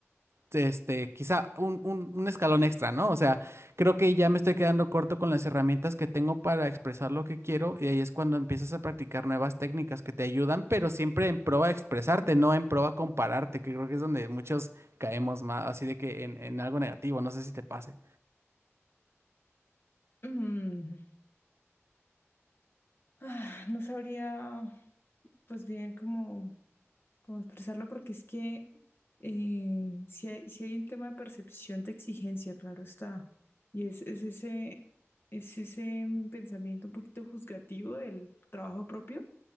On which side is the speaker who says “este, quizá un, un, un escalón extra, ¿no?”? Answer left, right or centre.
Right